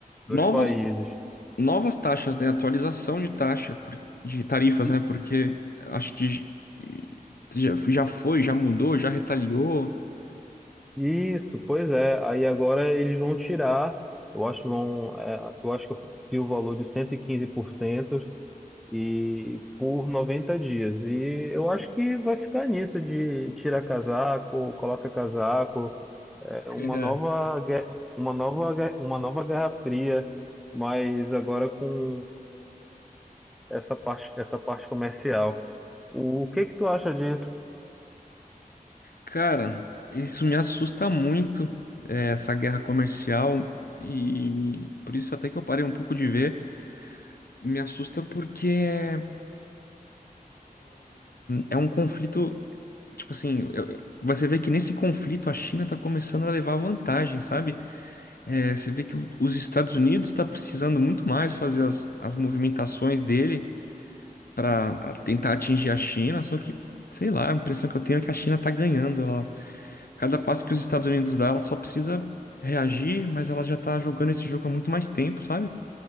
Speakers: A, on the left (about 80°); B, in the centre.
A: novas
B: dos países.
A: novas taxas, né? Atualização de taxa, por- de tarifas,
B: E,
A: né? Porque acho que j- já, já foi, já mudou, já retaliou.
B: isso, pois é. Aí agora eles vão tirar, eu acho que vão, é, eu acho que eu o valor de 115% e quinze por 90 dias. E eu acho que vai ficar nisso de tira casaco, coloca casaco,
A: <laughs>
B: é uma nova, gue- uma nova, gue- uma nova Guerra Fria, mas agora com essa parte, essa parte comercial. O que que tu acha disso?
A: Cara, isso me assusta muito, eh, essa guerra comercial. E por isso até que eu parei um pouco de ver. Me assusta porque é é um conflito, tipo assim, eu- eu- você vê que nesse conflito a China tá começando a levar vantagem, sabe? É, você vê que o- os Estados Unidos está precisando muito mais fazer as, as movimentações dele para tentar atingir a China, só que, sei lá, a impressão que eu tenho é que a China está ganhando. Ela, cada passo que os Estados Unidos dá, ela só precisa reagir, mas ela já está jogando esse jogo há muito mais tempo, sabe? O